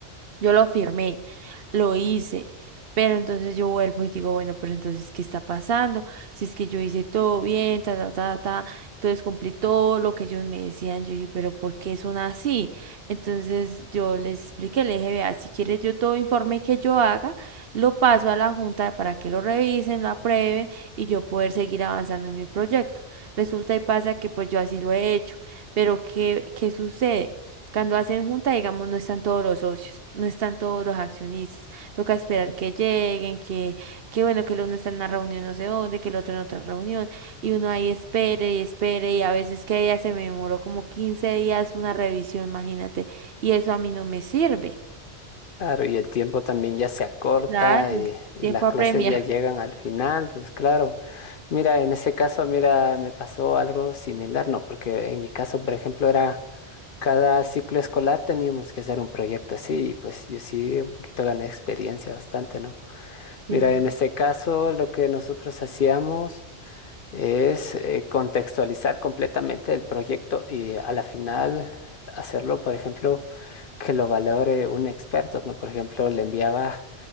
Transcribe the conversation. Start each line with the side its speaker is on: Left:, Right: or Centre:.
Right: Yo lo firmé, lo hice, pero entonces yo vuelvo y digo, bueno, pero entonces, ¿qué está pasando? Si es que yo hice todo bien, ta, ta, ta, ta, entonces cumplí todo lo que ellos me decían, yo dije, pero ¿por qué son así? Entonces yo les expliqué, le dije, vea, si quieres yo todo informe que yo haga, lo paso a la junta para que lo revisen, lo aprueben y yo poder seguir avanzando en mi proyecto. Resulta y pasa que pues yo así lo he hecho, pero ¿qué, qué sucede? Cuando hacen junta, digamos, no están todos los socios, no están todos los accionistas. Toca esperar que lleguen, que, que bueno, que el uno está en una reunión no sé dónde, que el otro en otra reunión, y uno ahí espere y espere, y a veces que ella se me demoró como 15 días una revisión, imagínate, y eso a mí no me sirve.
Left: claro, y el tiempo también ya se acorta
Right: Claro, el
Left: y, y
Right: tiempo
Left: las
Right: apremia.
Left: clases ya llegan al final, pues claro, mira, en ese caso, mira, me pasó algo similar, ¿no? Porque en mi caso, por ejemplo, era cada ciclo escolar teníamos que hacer un proyecto así, y pues yo sí un poquito gané experiencia bastante, ¿no?
Right: Sí.
Left: Mira, en este caso, lo que nosotros hacíamos... es eh, contextualizar completamente el proyecto y a la final hacerlo, por ejemplo, que lo valore un experto, ¿no? Por ejemplo, le enviaba